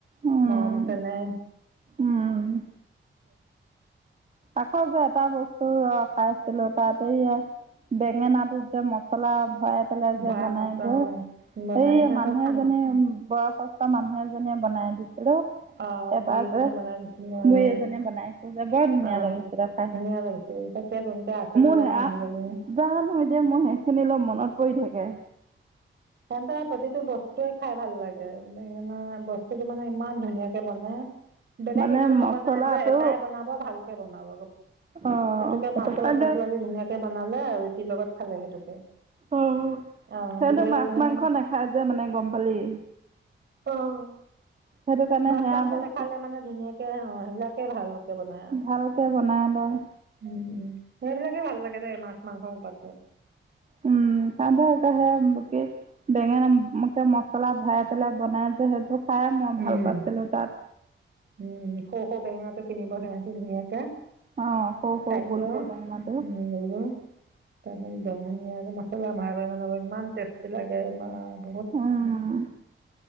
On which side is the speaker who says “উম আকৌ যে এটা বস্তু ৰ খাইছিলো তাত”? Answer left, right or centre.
Right